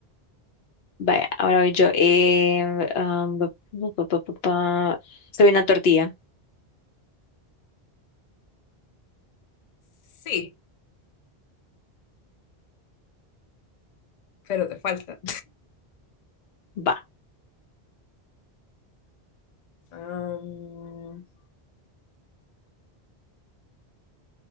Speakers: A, on the left (about 70°); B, on the left (about 55°).
A: Vaya, ahora voy yo. Eh, um, bu- bu- bu- bu- bu- bu- soy una tortilla.
B: Sí, pero te falta.
A: Va.
B: Am,